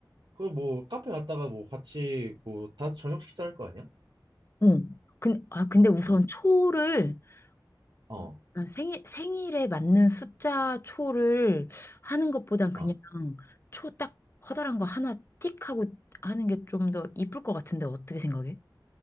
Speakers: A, on the right; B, on the left.
A: 그 뭐 카페 갔다가 뭐 같이 뭐 다 저녁 식사할 거 아니야?
B: 어. 근, 아, 근데 우선
A: 음.
B: 초를
A: 어,
B: 어, 난 생일, 생일에 맞는 숫자 초를 하는 것보단 그냥
A: 아.
B: 초 딱 커다란 거 하나 틱 하고 하는 게 좀 더 이쁠 것 같은데 어떻게 생각해?